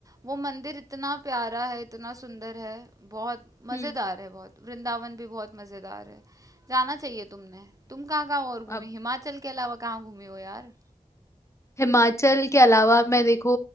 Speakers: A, on the right (about 25°); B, on the left (about 20°).
A: वो मंदिर इतना प्यारा है इतना सुंदर है बहुत मजेदार
B: हम्म
A: है बहुत वृंदावन भी बहुत मजेदार है जाना चाहिए तुमने तुम कहाँ कहाँ और घूमी
B: अब
A: हिमाचल के अलावा कहाँ घूमी हो यार
B: हिमाचल के अलावा मैं देखो